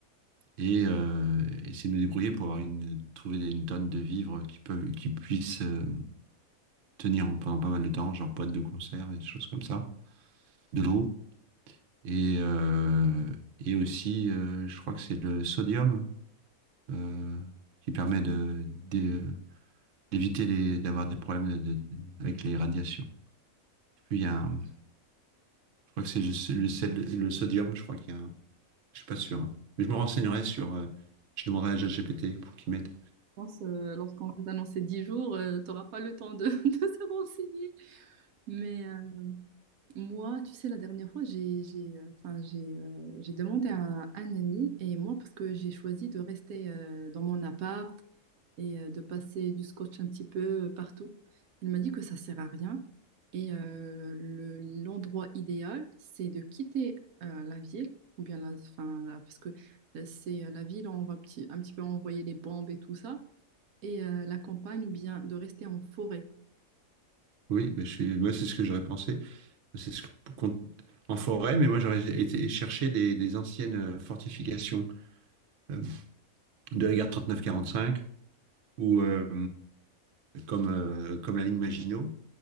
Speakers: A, on the right; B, on the right.
A: et euh, essayer de me débrouiller pour avoir une, trouver des- une tonne de vivres qui peuvent, qui puissent euh, tenir pendant pas mal de temps, genre boîtes de conserve et des choses comme ça, de l'eau, et, euh, et aussi, euh, je crois que c'est le sodium. euh, qui permet de, d'é- d'éviter les, d'avoir des problèmes de- de- avec les radiations. Puis il y a un- je crois que c'est le, le sel- le sodium, je crois qu'il y a un, je suis pas sûr, hein. Mais je me renseignerai sur, euh, je demanderai à ChatGPT pour qu'il m'aide.
B: pense, euh, lorsqu'on va t'annoncer 10 jours, tu n'auras pas le temps de, <laughs> de se renseigner. Mais euh, moi, tu sais, la dernière fois, j'ai, j'ai, euh, enfin, j'ai, euh, j'ai demandé à un, ami et moi, parce que j'ai choisi de rester euh, dans mon appart et euh, de passer du scotch un petit peu euh, partout, il m'a dit que ça sert à rien. Et euh, le- l'endroit idéal, c'est de quitter euh, la ville, ou bien la, enfin, la- parce que euh, c'est euh, la ville où on va petit- un petit peu envoyer les bombes et tout ça et euh, la campagne ou bien de rester en forêt.
A: Oui, mais je suis, moi c'est ce que j'aurais pensé. C'est ce qu'on- en forêt, mais moi j'aurais été chercher des, des anciennes euh, fortifications euh, de la guerre 39-45 ou euh, comme, euh, comme la ligne Maginot